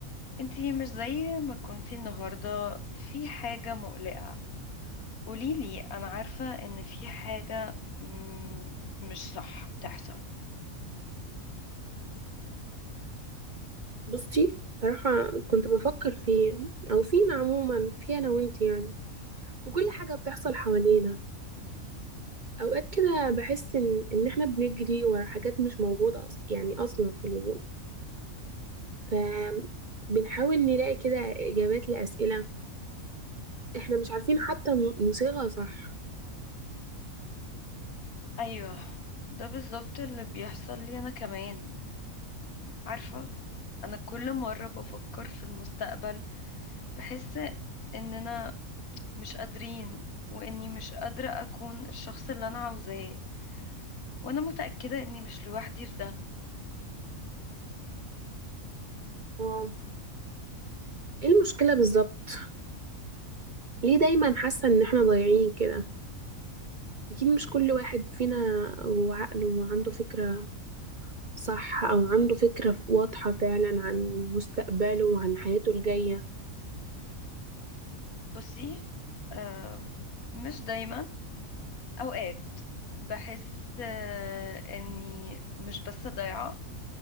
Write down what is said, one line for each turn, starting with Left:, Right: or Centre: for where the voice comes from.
Left: انتي مش زي ما كنتي النهاردة في حاجة مقلقة قوليلي انا عارفة ان في حاجة مم، مش صح بتحصل
Right: بصي صراحة كنت بفكر فيه او فينا عموما في انا وانت يعني وكل حاجة بتحصل حوالينا اوقات كده بحس ان ان احنا بنجري ورا حاجات مش موجودة أص... يعني اصلا في الوجود ف بنحاول نلاقي كده اجابات لأسئلة احنا مش عارفين حتى ن- نصيغها صح
Left: ايوه ده بالظبط اللي بيحصل لي انا كمان عارفة انا كل مرة بفكر في المستقبل بحس اننا مش قادرين واني مش قادرة اكون الشخص اللي انا عاوزاه وانا متأكدة اني مش لوحدي في ده
Right: اه ايه المشكلة بالظبط ليه دايما حاسة ان احنا ضايعين كده اكيد مش كل واحد فينا جوه عقله وعنده فكرة صح أو عنده فكرة واضحة فعلا عن مستقبله وعن حياته الجاية
Left: بصي آم، مش دايما اوقات بحس آه، اني مش بس ضايعة